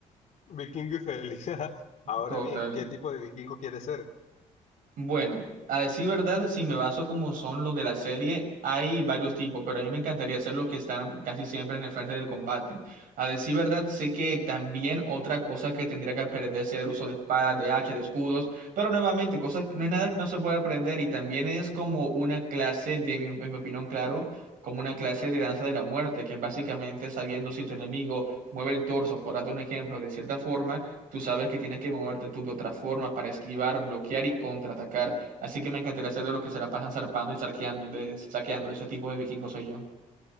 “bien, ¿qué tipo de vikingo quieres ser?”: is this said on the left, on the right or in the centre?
Left